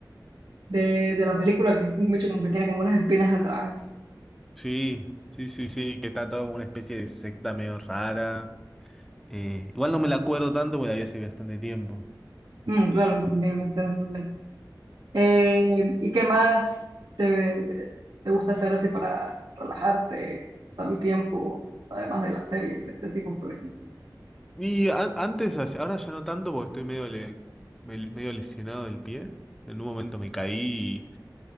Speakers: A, on the right; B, in the centre.
A: de, de la película que es un bicho como que tiene como unas espinas atrás.
B: Sí, sí, sí, sí. Que está todo como una especie de secta medio rara. Eh, igual no me la acuerdo tanto porque la vi hace bastante tiempo.
A: Mm, claro, entendible, entendible. Eh, ¿y qué más te, te gusta hacer así para relajarte, pasar el tiempo, además de la serie de este tipo, por ejemplo?
B: Y an- antes, hace- ahora ya no tanto porque estoy medio, le- me- medio lesionado del pie. En un momento me caí